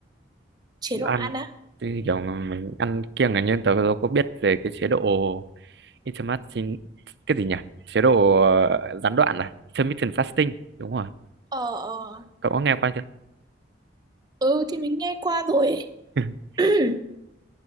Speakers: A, on the right; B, on the right.
A: chế
B: chế
A: độ
B: độ ăn
A: ăn á
B: thì kiểu mình ăn kiêng là nhân tớ tớ có biết về cái chế độ intermittent cái gì nhỉ chế độ ờ, gián đoạn à intermittent fasting đúng rồi
A: ờ ờ
B: cậu có nghe qua chưa
A: ừ thì mình nghe qua rồi ấy.
B: <laughs>
A: <clears throat>